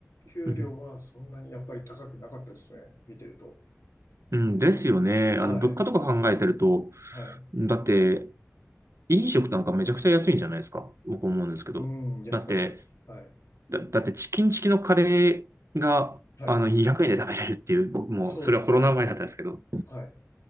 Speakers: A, on the left; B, on the right.
A: 給料はそんなにやっぱり高くなかったですね。
B: うん、うん
A: 見てると。
B: うんですよね。
A: はい。
B: あの、物価とか考えてると、
A: はい。
B: だって、飲食なんかめちゃくちゃ安いんじゃないですか。僕思うんですけど。
A: うん、安かったです。
B: だって、
A: はい。
B: だ、だってチキンチキのカレーが、
A: はい。
B: あの、200円で食べれるっていう、僕も、
A: そうですね。
B: それはコロナ前だったんですけど。
A: はい。